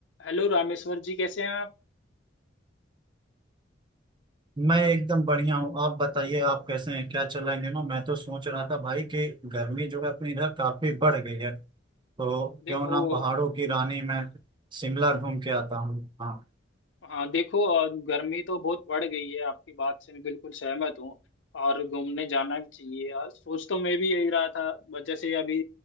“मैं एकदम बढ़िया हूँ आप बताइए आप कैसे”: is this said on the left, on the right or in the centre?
Right